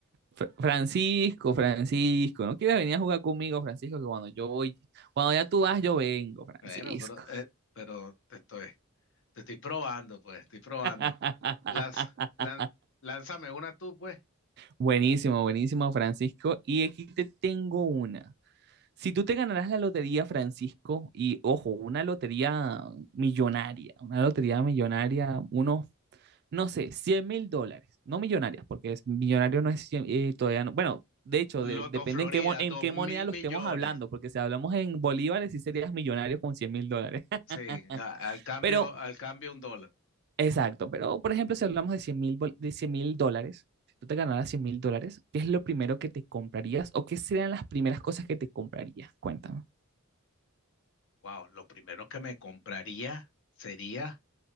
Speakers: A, on the right (about 50°); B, on the left (about 60°).
A: Fr- Francisco, Francisco, ¿no quieres venir a jugar conmigo, Francisco? Que cuando yo voy, cuando ya tú vas, yo vengo, Francisco.
B: Bueno, pero, eh, pero te estoy, te estoy probando, pues, estoy probando.
A: <laughs>
B: Lanza, lan- lánzame una tú, pues.
A: Buenísimo, buenísimo, Francisco. Y aquí te tengo una. Si tú te ganarás la lotería, Francisco, y ojo, una lotería millonaria, una lotería millonaria, unos, no sé, cien mil dólares, no millonarias, porque es, millonario no es cien- eh, todavía no. Bueno, de hecho,
B: Loto
A: de- depende
B: Florida,
A: en qué, mo- en
B: dos
A: qué
B: mil
A: moneda lo
B: millones.
A: estemos hablando, porque si hablamos en bolívares, sí serías millonario con cien mil dólares.
B: Sí, a- al
A: <laughs>
B: cambio,
A: Pero
B: al cambio un dólar.
A: Exacto, pero por ejemplo, si hablamos de cien mil, de cien mil dólares, si tú te ganaras cien mil dólares, ¿qué es lo primero que te comprarías o qué serían las primeras cosas que te comprarías? Cuéntame.
B: Wow, lo primero que me compraría sería